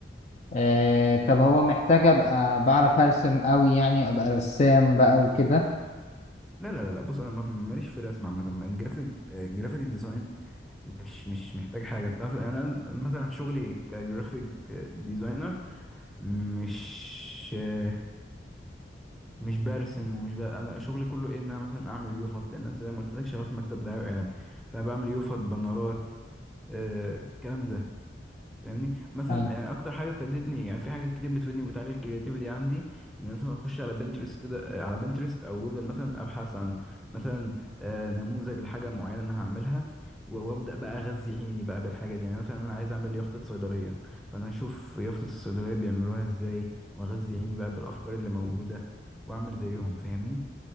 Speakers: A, on the left; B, in the centre.
A: آه طب هو محتاج ابقى بعرف ارسم قوي يعني ابقى رسام بقى وكده
B: لا لا لا لا بص انا ما- ماليش في الرسم عامه الجرافيك آه، الجرافيك ديزاين مش مش محتاج حاجه انت عارف يعني انا مثلا شغلي كجرافيك آه، ديزاينر مش آه، مش برسم ومش ب... انا شغلي كله ايه ان انا مثلا اعمل يوفط لان انا زي ما قلت لك شغال في مكتب دعايه واعلان فانا بعمل يوفط بنرات آه، الكلام ده فاهمني مثلا
A: ايوه
B: يعني اكتر حاجه فادتني يعني في حاجات كتير بتفيدني وبتعلي الكرياتيفيتي عندي ان مثلا اخش على بنترست كده آه، على بنترست او جوجل مثلا ابحث عن مثلا آه، نموذج لحاجه معينه انا هعملها و- وابدا بقى اغذي عيني بقى بالحاجه دي يعني مثلا انا عايز اعمل يافطه صيدليه فانا اشوف يافطه الصيدليه بيعملوها ازاي واغذي عيني بقى بالافكار اللي موجوده واعمل زيهم فاهمني